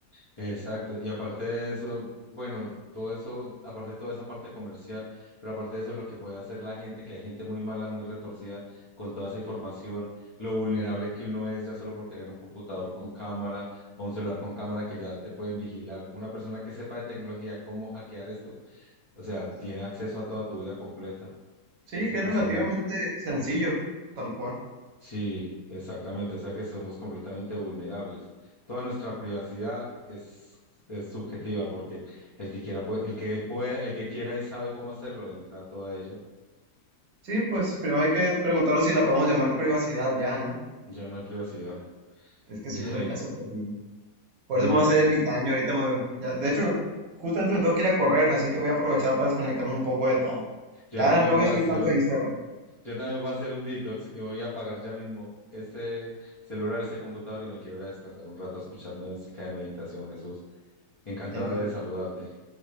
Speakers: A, on the left (about 45°); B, on the right (about 65°).
A: Exacto. Y aparte de eso, bueno, todo eso, aparte de toda esa parte comercial, pero aparte de eso, lo que puede hacer la gente, que hay gente muy mala, muy retorcida con toda esa información, lo vulnerable que uno es ya solo por tener un computador con cámara o un celular con cámara que ya te pueden vigilar. Una persona que sepa de tecnología, cómo hackear esto, o sea, tiene acceso a toda tu vida completa.
B: Sí,
A: Es
B: que
A: impresionante.
B: es relativamente sencillo, tal cual.
A: Sí, exactamente, o sea que somos completamente vulnerables. Toda nuestra privacidad es, es subjetiva porque el que quiera puede, el que puede, el que quiera y sabe cómo hacerlo, entra a toda ella.
B: Sí, pues primero hay que preguntaros si la podemos llamar privacidad ya, ¿no?
A: Ya no hay privacidad. <laughs>
B: Es que
A: Ya
B: sí, eso
A: no hay
B: ya
A: na-
B: se perdió. Por
A: No,
B: eso me va
A: Jesús.
B: a hacer ermitaño, ahorita me... ya- de hecho, justamente me tengo que ir a correr, así que voy a aprovechar para desconectarme un poco de todo.
A: Yo
B: Ya
A: también
B: no
A: voy
B: voy a
A: a
B: subir
A: hacer
B: tanto
A: un,
B: a Instagram.
A: yo también voy a hacer un detox y voy a apagar ya mismo este celular, este computador y me quiero ir a descansar un rato a escuchar música de meditación, Jesús. Encantado
B: Eh,
A: de saludarte.